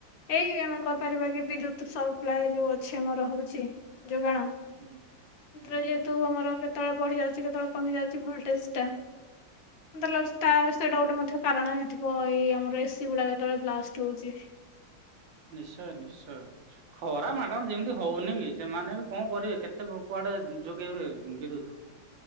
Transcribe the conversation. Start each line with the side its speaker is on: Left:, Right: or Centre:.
Left: ଏଇ ଆମେ କହିପାରିବା କି ବିଦ୍ୟୁତ ସପ୍ଲାଏ ଯୋଉ ଅଛି ଆମର ହଉଛି ଯୋଗାଣ
Right: ହୁଁ
Left: ଆମର
Right: ହୁଁ
Left: ଯେହେତୁ ଆମର। କେତେବେଳେ ବଢଢିଯାଉଛି କେତେବେଳେ କମି ଯାଉଛି ଭୋଲଟେଜଟା ମତେ ଲାଗୁଛି ତା ସେଟା ଗୋଟେ ମଧ୍ୟ କାରଣ ହେଇଥିବ। ଏଇ ଆମର ଏସି ଗୁଡା ଯେତେବେଳେ ବ୍ଲାଷ୍ଟ ହଉଛି।
Right: ନିଶ୍ଚୟ ନିଶ୍ଚୟ ଖରା ମଡ଼ାମ ଯେମିତି ହଉନି କି ସେମାନେ ବି କଣ କରିବେ। କେତେ କୁଆଡେ ଯୋଗେଇବେ ବିଦ୍ୟୁତ